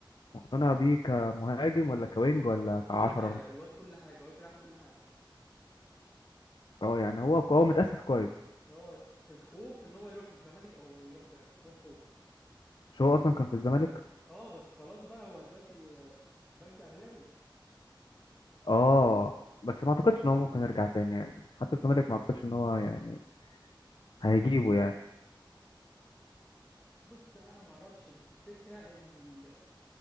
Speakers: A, on the left; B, in the centre.
A: مقتنع بيه كمهاجم ولا كوينج ولا
B: ككل
A: كعشرة
B: حاجة
A: مثلا
B: الواد كل حاجة الواد بيلعب كل حاجة
A: اه يعني هو هو متأسس كويس
B: اه الخوف ان هو يروح الزمالك او يروح بيراميدز ده الخوف
A: مش هو اصلا كان في الزمالك
B: اه بس خلاص بقى هو دلوقتي آه، بنك اهلاوي
A: اه بس ما اعتقدش ان هو ممكن يرجع تاني يعني حتى الزمالك ما اعتقدش ان هو يعني هيجيبه يعني
B: بص انا ما اعرفش بس الفكره ان ال...